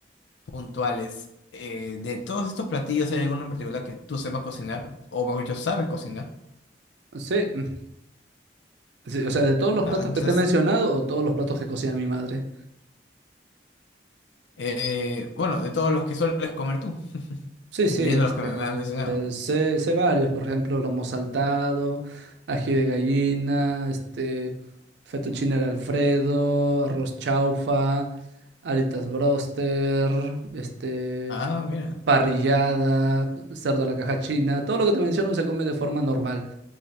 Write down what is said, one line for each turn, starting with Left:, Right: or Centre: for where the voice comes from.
Left: puntuales, eh, de todos estos platillos, ¿hay alguno en particular que tú sepas cocinar? O mejor dicho, sabes cocinar.
Right: sí, mm, sí, o sea, de todos los
Left: Ah,
Right: platos
Left: entonces,
Right: que te he mencionado o todos los platos que cocina mi madre.
Left: eh, bueno, de todos los que sueles comer tú.
Right: Sí,
Left: Incluyendo
Right: sí, este,
Left: los que me has mencionado.
Right: sé, sé varios, por ejemplo, lomo saltado, ají de gallina, este, fettuccine al Alfredo, arroz chaufa, alitas broster, este,
Left: Ah, mira.
Right: parrillada, cerdo a la caja china, todo lo que te menciono se come de forma normal.